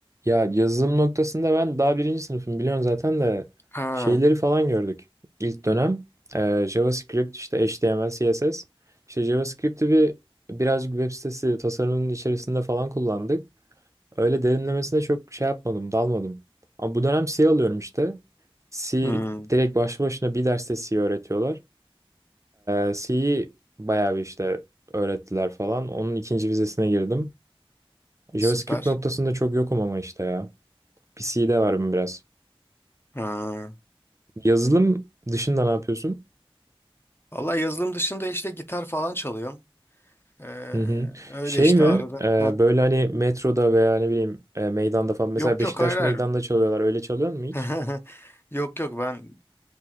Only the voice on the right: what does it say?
Ya yazılım noktasında ben daha birinci sınıfım biliyorsun zaten de
şeyleri falan gördük. İlk dönem e, JavaScript işte HTML, CSS. İşte JavaScript'i bir birazcık web sitesi tasarımının içerisinde falan kullandık. Öyle derinlemesine çok şey yapmadım, dalmadım. Ama bu dönem C alıyorum işte. C
direkt başlı başına bir derste C öğretiyorlar. E, C'yi bayağı bir işte öğrettiler falan. Onun ikinci vizesine girdim. JavaScript
noktasında çok yokum ama işte ya. PC'de varım biraz.
Yazılım dışında ne yapıyorsun?
Hı hı.
Şey
mi?
e,
böyle hani metroda veya ne bileyim e, meydanda falan. Mesela
Beşiktaş
meydanda çalıyorlar. Öyle çalıyor mu hiç?